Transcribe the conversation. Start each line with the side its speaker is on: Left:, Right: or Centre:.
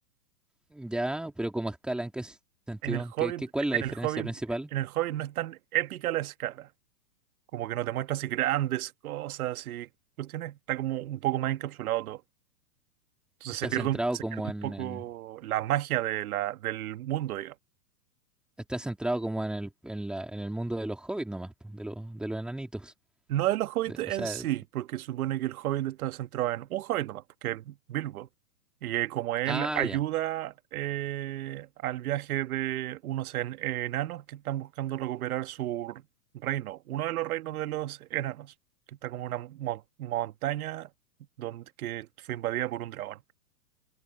Centre: Ya, pero como escala, ¿en qué sentido?
Right: En el Hobbit,
Centre: ¿Qué, qué, cuál es
Right: en
Centre: la diferencia
Right: el Hobbit,
Centre: principal?
Right: en el Hobbit no es tan épica la escala. Como que no te muestra así grandes cosas y cuestiones. Está como un poco más encapsulado todo. Entonces
Centre: ¿Está
Right: se pierde
Centre: centrado
Right: un, se
Centre: como
Right: pierde un
Centre: en,
Right: poco
Centre: en-
Right: la magia de la, del mundo,
Centre: Está centrado como en el, en la, en el mundo de los hobbits nomás, po, de los, de los enanitos.
Right: No de los hobbits
Centre: De-
Right: en
Centre: o sea,
Right: sí, porque supone que el hobbit está centrado en un hobbit nomás, porque es Bilbo. Y eh, como él
Centre: ah,
Right: ayuda
Centre: ya,
Right: eh, al viaje de unos en- enanos que están buscando recuperar su reino, uno de los reinos de los enanos, que está como una mon- montaña donde, que fue invadida por un dragón.